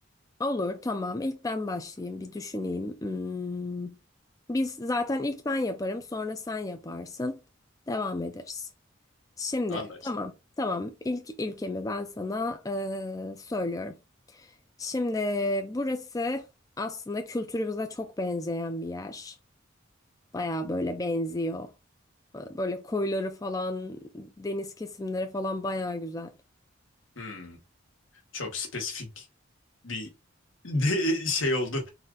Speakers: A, on the left; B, on the left.
A: Olur, tamam. İlk ben başlayayım, bir düşüneyim. Hmm. Biz zaten ilk ben yaparım, sonra sen yaparsın. Devam ederiz. Şimdi,
B: Anlaştık.
A: tamam, tamam. İlk ilkemi ben sana eee, söylüyorum. Şimdi burası aslında kültürümüze çok benzeyen bir yer. Baya böyle benziyor. Böyle koyları falan, deniz kesimleri falan baya güzel.
B: Hmm, çok spesifik bir <laughs> de şey oldu.